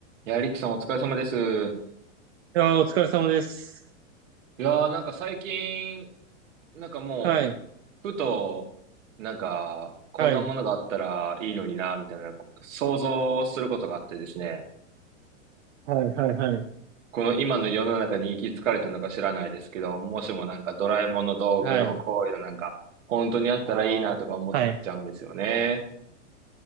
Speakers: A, on the right; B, on the right.
A: いや、リキさんお疲れ様です。
B: いやー、お疲れ様です。
A: いやー、なんか最近、なんかも
B: はい。
A: う、ふと、なんか、こんなものがあったらいいのにな、
B: はい。
A: みたいな、想像することがあってですね、
B: はい。はい。はい。
A: この今の世の中に行き着かれたのか知らないですけど、もしもなんかドラえもんの道具のこういうのなんか、
B: はい。
A: 本当にあったらいいなとか思っちゃうんですよね。
B: ああ。はい。